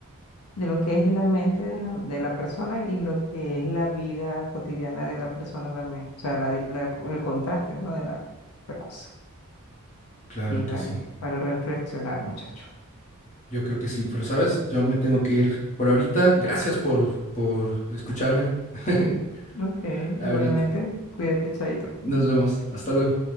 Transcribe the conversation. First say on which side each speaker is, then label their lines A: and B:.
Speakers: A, on the left; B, on the left.
A: de lo que es la mente de la, de la persona y lo que es la vida cotidiana de la persona también. O sea, la, di- la co- el contraste, ¿no? De la, la cosa.
B: claro
A: Sí,
B: que
A: vale.
B: sí.
A: Para reflexionar, muchacho.
B: Yo creo que sí, pero sabes, yo me tengo que ir por ahorita. Gracias por, por escucharme. <laughs>
A: Ok,
B: Ahorita.
A: igualmente, cuídate, chaito.
B: Nos vemos. Hasta luego.